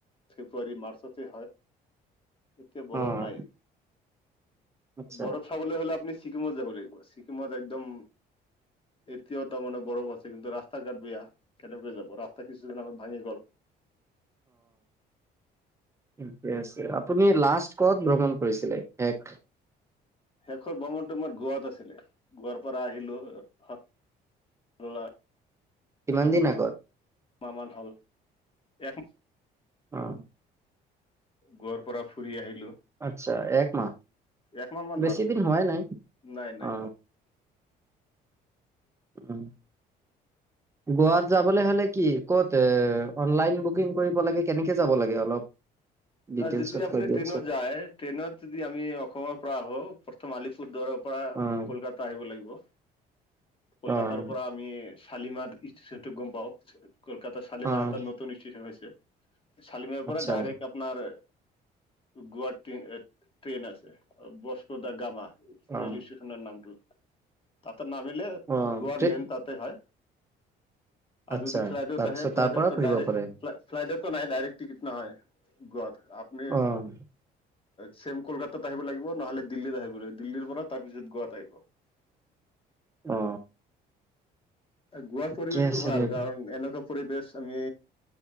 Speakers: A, on the left (about 30°); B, on the right (about 15°).
A: ফেব্ৰুৱাৰী মাৰ্চতে হয়। এতিয়া বৰফ
B: অ',
A: নাই
B: আচ্ছা
A: বৰফ চাবলৈ হ'লে আপুনি, ছিকিমত যাব লাগিব ছিকিমত একদম, এতিয়া তাৰ মানে বৰফ আছে কিন্তু ৰাস্তা ঘাট বেয়া, কেনেকে যাব ৰাস্তা কিছুদিন আগত ভাঙি গ'ল। <unintelligible>
B: থিকে আছে আপুনি লাষ্ট কত ভ্ৰমণ কৰিছিলে শেষ?
A: শেষৰ ভ্ৰমণটো মোৰ গোৱাত আছিলে গোৱাৰ পৰা আহিলো। নল। <unintelligible>
B: কিমান
A: এক
B: দিন আগত?
A: মাহ মান হল এক।
B: অ।
A: গোৱা পৰা ফুৰি আহি,
B: আচ্ছা একমাহ
A: একমাহ মান
B: বেছি
A: হ'ল
B: দিন হোৱাই নাই
A: নাই নাই
B: অ।
A: হোৱা
B: উম্। গোৱাত যাবলৈ হলে কি, ক'ত অনলাইন বুকিং কৰিব লাগে কেনেকে যাব লাগে অলপ, ডিটেইলছত
A: ন যদি আপুনি
B: কৈ দিয়কচোন
A: ট্ৰেইনত যায় ট্ৰেইনত যদি আমি অসমৰ পৰা আহও প্ৰথম আলিপুৰ দাৰৱ পৰা
B: অ',
A: কলকাতা আহিব লাগিব। কলকাতাৰ
B: অ',
A: পৰা আমি শালিমাৰ ষ্টেচনটো গম পাওঁ। কলকাতাৰ শালিমানাৰ
B: অ',
A: এটা নতন ষ্টেচন হৈছে। শালিমাৰ পৰা
B: আচ্ছা
A: ডাইৰেক্ট আপোনাৰ গোৱা ট্ৰেইন আছে বস্ক দা গামা,
B: অ',
A: ৰেল ষ্টেচনৰ নামটো তাঁতে নামিলে
B: অ',
A: গোৱাৰ
B: তে
A: মেইন তাঁতে হয়। আৰু
B: আচ্ছা
A: যদি ফ্লাইটত
B: তাৰপিছত
A: আহে ফ্লাইটতো
B: তাৰ পৰা ফুৰিব
A: ডাইৰেক
B: পাৰে
A: ফ্লাইটতো নাই ডাইৰেক্ট টিকট নহয়। গত আপনি,
B: অ',
A: চছেম কলকাতাত আহিব লাগিব নহলে দিল্লীত আহিব লাগিব দিল্লীৰ পৰা তাৰ পিছত গোৱাত আহিব। <unintelligible>
B: অ।
A: গোৱাৰ পৰিৱেশতটো
B: ঠিকে আছে
A: ভাল,
B: দিয়ক
A: কাৰণ এনেকুৱা পৰিবেশ আমি